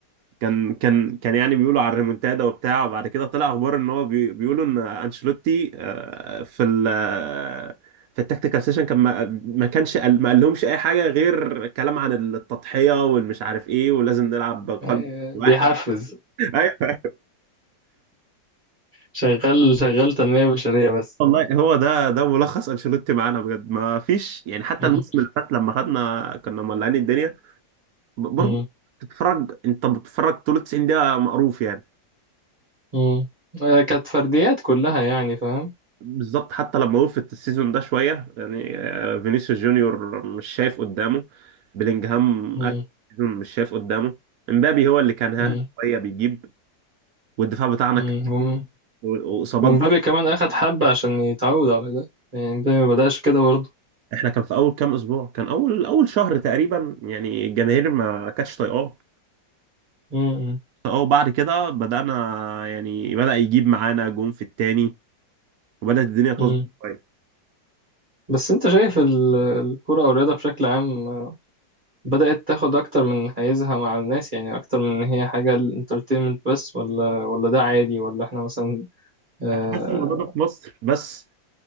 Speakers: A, on the right; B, on the right.
A: كان كان كان يعني بيقولوا على الريمونتادا وبتاع وبعد كده طلع اخبار ان هو بي بيقولوا ان انشيلوتي آه، في ال آه، في التكتيكال سيشن كان ما ما كانش قال- ما قالهمش اي حاجه غير كلام عن التضحيه والمش عارف ايه ولازم نلعب قلب
B: آه،
A: واحد
B: بيحفز
A: <laughs> ايوه
B: شغال شغال تنمية بشرية بس
A: والله هو ده ده ملخص انشيلوتي معانا بجد ما فيش يعني حتى
B: مم.
A: الموسم اللي فات لما خدنا كنا مولعين الدنيا ب- برضه
B: مم.
A: تتفرج انت بتتفرج طول 90 دقيقة مقروف يعني
B: مم. آه، كانت فرديات كلها يعني فاهم
A: بالظبط حتى لما وقفت السيزون ده شوية يعني آه، فينيسيوس جونيور مش شايف قدامه بلينجهام
B: مم.
A: اخر سيزون مش شايف قدامه امبابي هو اللي كان ها
B: مم.
A: شوية بيجيب والدفاع بتاعنا
B: مم.
A: كان-
B: وم-
A: واصابات
B: ومبابي كمان أخد حبة عشان يتعود على ده يعني مبابي ما بدأش كده برضه
A: احنا كان في اول كام اسبوع كان اول اول شهر تقريبا يعني الجماهير ما كانتش طايقاه
B: مم.
A: اه وبعد كده بدأنا يعني بدأ يجيب معانا جون في التاني وبدأت الدنيا تظبط
B: مم.
A: شوية
B: بس انت شايف ال- الكرة او الرياضة بشكل عام بدأت تاخد اكتر من حيزها مع الناس يعني اكتر من ان هي حاجة الانترتينمنت بس ولا ولا ده عادي ولا احنا مثلا آه
A: أنا حاسس إن الموضوع ده في مصر بس